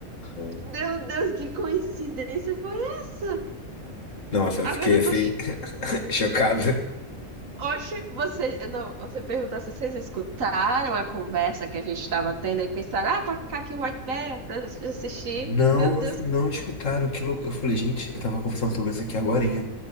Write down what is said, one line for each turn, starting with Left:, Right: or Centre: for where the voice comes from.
Left: Uhum.
Right: Meu Deus, que coincidência foi essa?
Left: Nossa,
Right: Agora
Left: eu fiquei
Right: eu
Left: assim,
Right: tô. ch-
Left: <laughs> chocado.
Right: Oxe, você. Não, você perguntar se vocês escutaram a conversa que a gente estava tendo e pensaram, ah, colocar aqui o White Bear pra assistir.
Left: Não,
Right: Meu Deus,
Left: não escutaram, que louco. Eu falei, gente, eu tava conversando sobre isso aqui agorinha.